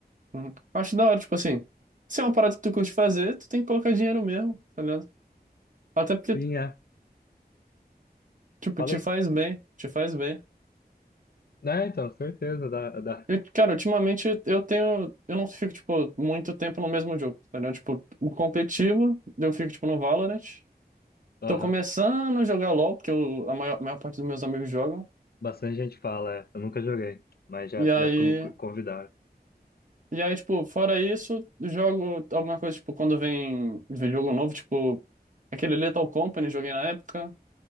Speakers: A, on the right (about 50°); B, on the left (about 70°).
A: hum, Acho da hora, tipo assim. Se é uma parada que tu curte fazer, tu tem que colocar dinheiro mesmo, tá ligado? Até porque,
B: Sim, é.
A: tipo,
B: Falei.
A: te faz bem. Te faz bem.
B: Né, então, certeza. Dá, dá.
A: Eu, cara, ultimamente eu tenho. Eu não fico, tipo, muito tempo no mesmo jogo, entendeu? Tipo, o competitivo, eu fico, tipo, no Valorant.
B: Aham.
A: Tô começando a jogar LoL, porque eu- a maior, a maior parte dos meus amigos jogam.
B: Bastante gente fala, é. Eu nunca joguei, mas já,
A: E aí.
B: já con- convidaram.
A: E aí, tipo, fora isso, jogo alguma coisa, tipo, quando vem vem jogo novo, tipo, aquele Lethal Company, joguei na época.